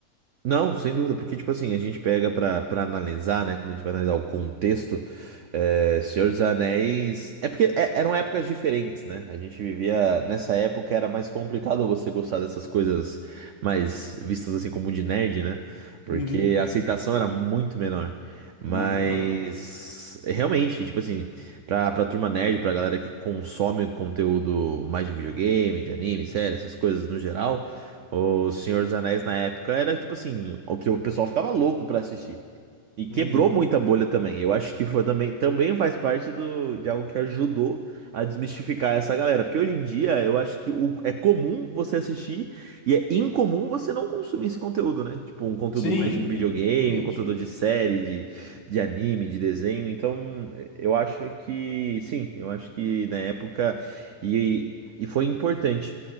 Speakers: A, on the right; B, on the left.
A: Não, sem dúvida, porque, tipo assim, a gente pega pra, pra analisar, né? Quando a gente vai analisar o contexto, é, Senhor dos Anéis. É porque é- eram épocas diferentes, né? A gente vivia. Nessa época era mais complicado você gostar dessas coisas mais vistas assim como de nerd, né? Porque
B: Uhum.
A: a aceitação era muito menor. Mas.
B: Muito menor.
A: Realmente, tipo assim, pra, pra turma nerd, pra galera que consome conteúdo mais de videogame, de anime, série, essas coisas no geral. O Senhor dos Anéis na época era tipo assim, o que o pessoal ficava louco pra assistir. E quebrou
B: Uhum.
A: muita bolha também. Eu acho que foi também, também faz parte do, de algo que ajudou a desmistificar essa galera. Porque hoje em dia eu acho que o, é comum você assistir e é incomum você não consumir esse conteúdo, né? Tipo, um conteúdo
B: Sim,
A: mais de videogame,
B: exatamente.
A: um conteúdo de série, de, de anime, de desenho. Então, eu acho que sim, eu acho que na época e, e foi importante.